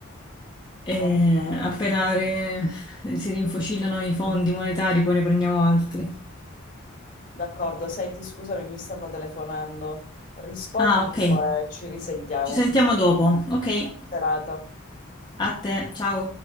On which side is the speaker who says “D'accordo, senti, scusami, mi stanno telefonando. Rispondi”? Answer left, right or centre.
Left